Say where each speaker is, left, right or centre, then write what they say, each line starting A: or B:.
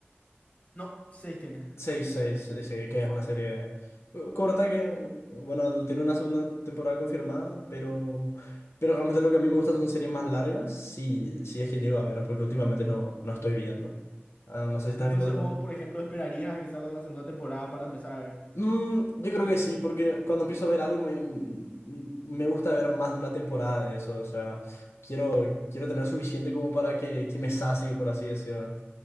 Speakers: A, on the left (about 30°); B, on the left (about 80°).
A: No, seis tiene.
B: seis seis sí, sí, que es una serie eh, corta que, bueno, tiene una segunda temporada confirmada, pero, pero realmente lo que a mí me gusta son series más largas, si, si es que llego a ver, porque últimamente no, no estoy viendo. Ah, no sé si estás
A: Entonces
B: viendo todo.
A: vos, por ejemplo, esperarías a que salga la segunda temporada para empezar a ver,
B: Mm, yo creo que sí, porque cuando empiezo a ver algo me, mm, mm, me gusta ver más de una temporada de eso, o sea, quiero, quiero tener suficiente como para que, que me sacie, por así decirlo,